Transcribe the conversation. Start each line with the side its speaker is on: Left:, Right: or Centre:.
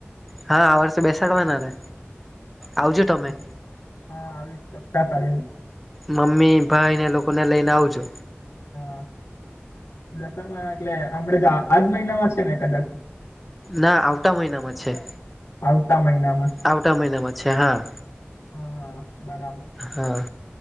Centre: હા આ વર્ષે બેસાડવાના ને. આવજો
Left: હા
Centre: તમે.
Left: હા, આવીશ ચોક્કસ આવીશ
Centre: મમ્મી ભાઈને લોકોને લઈને આવુંજો.
Left: હા દશમાં એટલે આપડે આજ મહિનામાં છે ને કદાચ.
Centre: ના આવતા મહિનામાં છે.
Left: આવતા મહિના.
Centre: આવટ મહિનામાં છે હા.
Left: હા બરાબર.
Centre: હા